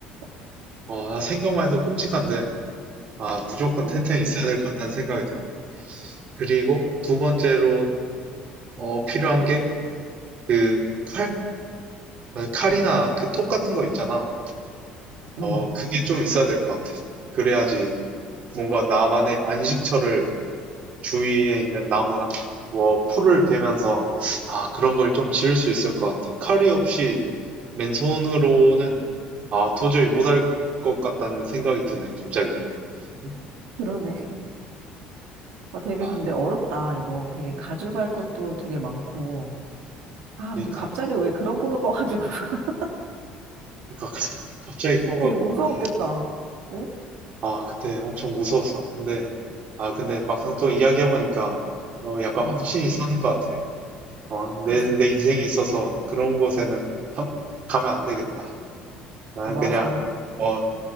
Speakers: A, on the right; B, on the right.
A: <laughs>
B: 어, 아, 생각만 해도 끔찍한데, 아, 무조건
A: 그렇지.
B: 텐트에 있어야 될 것 같다는 생각이 들어. 그리고 두 번째로 어, 필요한 게 그 칼? 어, 칼이나 그 톱 같은 거 있잖아.
A: 응,
B: 어, 그게 좀 있어야 될 것 같아. 그래야지 뭔가 나만의 안식처를 주위에 있는 나무나 뭐 풀을 베면서 아, 그런 걸 좀 지을 수 있을 것 같아. 칼이 없이 맨손으로는 아, 도저히 못할 것 같다는 생각이 드네, 갑자기. 음?
A: 그러네.
B: 음.
A: 아, 되게
B: 아,
A: 근데 어렵다, 이거. 되게 가져갈
B: 그러니까,
A: 것도 되게 많고. 아,
B: 그러니까,
A: 뭐 갑자기 왜 그런 꿈을 꿔가지고. <laughs>
B: 그러니까 <laughs> 갑자기 꺼가고,
A: 되게 무서웠겠다.
B: 아.
A: 응?
B: 아, 그때 엄청 무서웠어. 근데, 아, 근데 막상 또 이야기해보니까, 어, 약간
A: 응,
B: 확신이 사는 것 같아. 어, 내,
A: 그지.
B: 내 인생에 있어서 그런 곳에는 함- 가면 안 되겠다. 나는
A: 어, 맞아.
B: 그냥, 어,